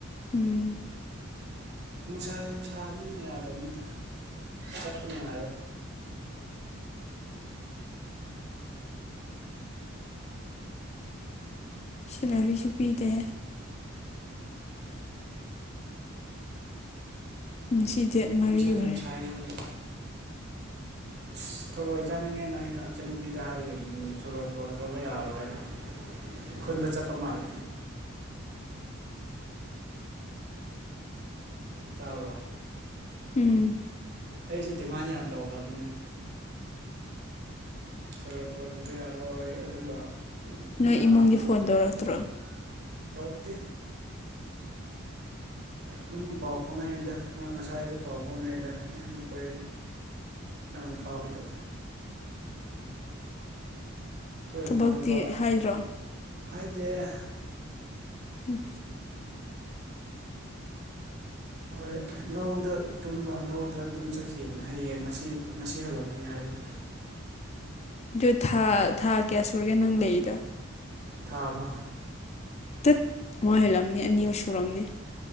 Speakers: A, on the left; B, on the right.
A: ꯎꯝ
B: ꯅꯨꯡꯁꯥ ꯌꯥꯝ ꯁꯥꯕꯅꯤꯅ ꯌꯥꯗꯕꯅꯤꯗ ꯆꯠꯄ ꯅꯨꯡꯉꯥꯏꯔꯣꯏ
A: ꯁꯤꯂꯥꯔꯤꯁꯨ ꯄꯤꯗꯦ ꯉꯥꯁꯤ ꯗꯦꯠ ꯃꯔꯤ
B: ꯅꯨꯡꯁꯥ
A: ꯑꯣꯏꯔꯦ
B: ꯌꯥꯝ ꯁꯥꯏ ꯍꯧꯖꯤꯛ ꯑꯁ ꯊꯣꯔꯣꯏ ꯆꯥꯅꯤꯡꯉꯦꯅ ꯑꯩꯅ ꯏꯆꯟꯅꯨꯄꯤꯗ ꯍꯥꯏꯒꯝꯃꯤ ꯊꯣꯔꯣꯏ ꯄꯨꯔꯛꯇ꯭ꯔꯕ ꯌꯥꯔꯣꯏ ꯍꯥꯏꯅ ꯈꯨꯟꯕ ꯆꯠꯄ ꯃꯥꯜꯂꯦ ꯇꯥꯕ꯭ꯔꯣ
A: ꯎꯝ
B: ꯑꯩꯁꯦ ꯗꯤꯃꯥꯟ ꯌꯥꯝ ꯇꯧꯈ꯭ꯔꯝꯅꯤꯅꯦ ꯊꯔꯣꯏ ꯄꯨꯔꯛꯇꯕ ꯌꯥꯔꯣꯏ ꯑꯗꯨꯒ
A: ꯅꯣꯏ
B: ꯃꯅꯥ
A: ꯏꯃꯨꯡꯒꯤ
B: ꯑꯃ
A: ꯐꯣꯟ
B: <unintelligible>
A: ꯇꯧꯔꯛꯇ꯭ꯔꯣ
B: ꯑꯗꯨꯝ ꯄꯥꯎ ꯐꯥꯎꯅꯩꯗ ꯉꯁꯥꯏꯁꯨ ꯄꯥꯎ ꯐꯥꯎꯅꯩꯗ ꯑꯩꯈꯣꯏ ꯅꯪ ꯅꯨꯄꯥꯍꯣꯏꯗꯨ <unintelligible>
A: ꯊꯕꯛꯇꯤ ꯍꯥꯏꯗ꯭ꯔꯣ
B: ꯍꯥꯏꯗꯤ
A: ꯎꯝ
B: <unintelligible> ꯂꯧꯗ ꯇꯨꯝꯕ ꯂꯧꯗ ꯇꯨꯝ ꯆꯠꯈꯤꯕꯅꯦ ꯍꯌꯦꯡ ꯉꯁꯤ ꯉꯁꯤ ꯍꯜꯂꯛꯀꯅꯤ ꯍꯥꯏꯕꯅꯤ
A: ꯗꯨ ꯊꯥ ꯊꯥ ꯀꯌꯥ ꯁꯨꯔꯒꯦ ꯅꯪ ꯂꯩꯗꯣ
B: ꯊꯥ ꯑꯃ
A: ꯇꯠ ꯃꯣꯏꯍꯜꯂꯝꯅꯤ ꯑꯅꯤꯃꯛ ꯁꯨꯔꯝꯅꯤ